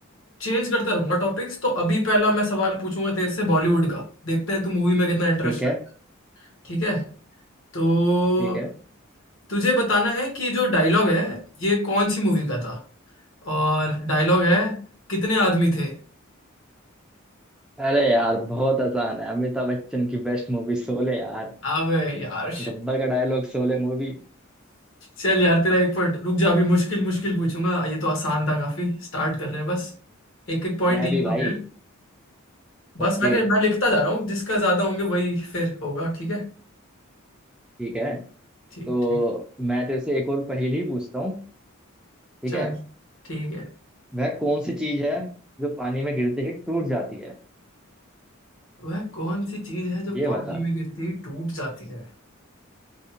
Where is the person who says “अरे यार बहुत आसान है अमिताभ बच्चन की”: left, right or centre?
Centre